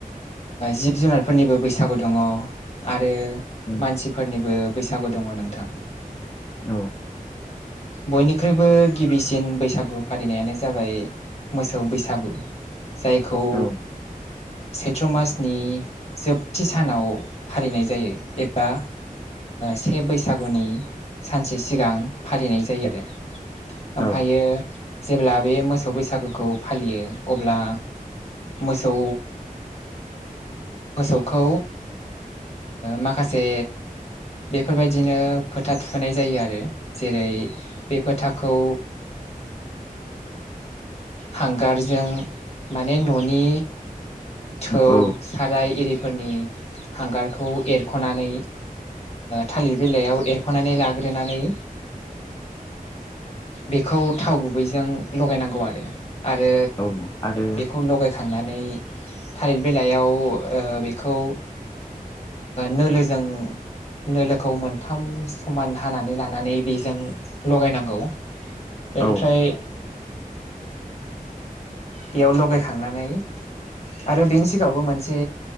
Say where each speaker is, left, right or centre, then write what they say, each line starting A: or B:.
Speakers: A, on the left; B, on the left.
A: जिब जुनारफोरनिबो बैसागु दङ आरो
B: औ
A: मानसिफोरनिबो बैसागु दङ नोंथां।
B: औ
A: बयनिख्रुइबो गिबिसिन बैसागु फालिनायानो जाबाय। मोसौ बैसागु जायखौ
B: औ
A: सैत्र मासनि जोबथि सानाव फालिनाय जायो। बा से बैसागुनि सानसे सिगां फालिनाय जायो आरो
B: औ
A: ओमफायो जेब्ला बे मोसौ बैसागुखौ फालियो। अब्ला मोसौ मोसौखौ माखासे बेफोरबायदिनो फोथा थुहोनाय जायो आरो जेरै बे फोथाखौ हांगारजों माने न'नि थौ
B: औ
A: साराय इरिफोरनि हांगारखौ एरख'नानै थालिर बिलाइयाव एरख'नानै लाग्रोनानै बेखौ थाव गुबैजों लगायनांगौ आरो आरो
B: औ आरो
A: बेखौ लगायखांनानै थालिर बिलाइयाव बेखौ नोलोजों नोलोखौ मोनथाम समान हानानै लानानै बेजों लगायनांगौ। बेनिफ्राय
B: औ
A: बेयाव लगायखांनानै आरो बेनि सिगाङावबो मोनसे